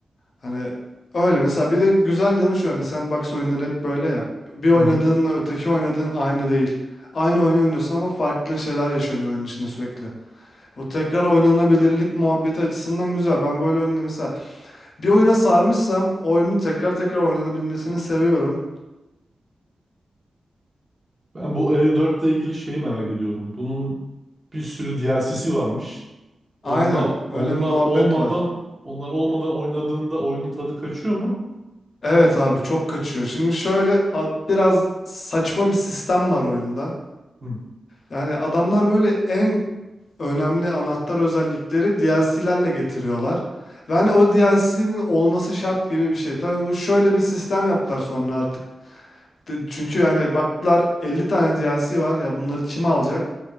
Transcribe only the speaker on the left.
Hani öyle mesela bir de güzel yanı şu hani sandbox oyunları hep böyle ya. Bir oynadığınla
öteki oynadığın aynı değil. Aynı oyunu oynuyorsun ama farklı şeyler yaşanıyor oyunun içinde sürekli. O tekrar oynanabilirlik muhabbeti açısından güzel. Ben böyle oyunda mesela bir oyuna sarmışsam o oyunun tekrar tekrar oynanabilmesini seviyorum.
Aynen
öyle bir muhabbet
var.
Evet abi çok kaçıyor. Şimdi şöyle a- biraz saçma bir sistem var oyunda.
Yani adamlar böyle en önemli anahtar özellikleri DLC'lerle getiriyorlar. Ve hani o DLC'nin olması şart gibi bir şey. Tabii bu şöyle bir sistem yaptılar sonra artık. De- Çünkü yani baktılar 50 tane DLC var ya bunları kim alacak?